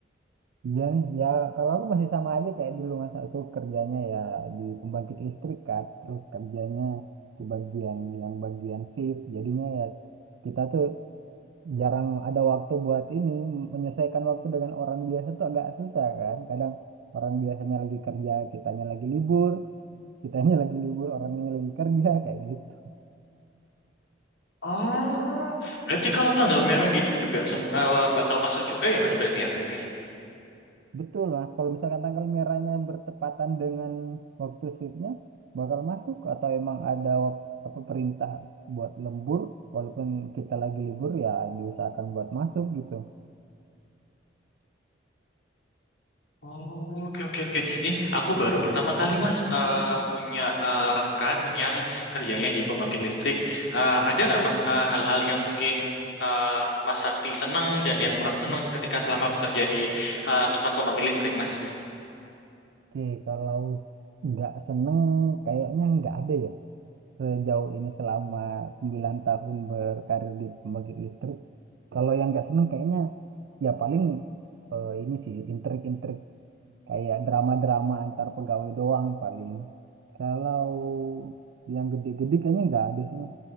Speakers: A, on the right; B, on the left.
A: Iya nih, ya kalau aku masih sama aja kayak dulu masa aku kerjanya ya di pembangkit listrik kan, terus kerjanya di bagian yang bagian shift, jadinya ya kita tuh jarang ada waktu buat ini, menyelesaikan waktu dengan orang biasa tuh agak susah kan, kadang orang biasanya lagi kerja, kitanya lagi libur, kitanya <laughs> lagi libur, orangnya lagi kerja kayak gitu.
B: Oh, berarti kalau tanggal merah gitu juga sem- eh, bakal masuk juga ya Mas berarti ya berarti.
A: Betul, Mas. Kalau misalkan tanggal merahnya bertepatan dengan waktu shiftnya, bakal masuk atau emang ada wak- apa perintah buat lembur, walaupun kita lagi libur ya diusahakan buat masuk gitu.
B: Oh, oke oke oke. Ini aku baru pertama kali Mas eh, punya eh, rekan yang kerjanya di pembangkit listrik. Eh, ada nggak Mas eh, hal-hal yang mungkin eh, Mas Sakti seneng dan yang kurang seneng ketika selama bekerja di eh, tempat pembangkit listrik Mas?
A: Oke, kalau s- nggak seneng, kayaknya nggak ada ya. Sejauh ini selama 9 tahun berkarir di pembangkit listrik, kalau yang nggak seneng kayaknya ya paling eh, ini sih, intrik-intrik kayak drama-drama antar pegawai doang paling. Kalau yang gede-gede kayaknya nggak ada sih mas.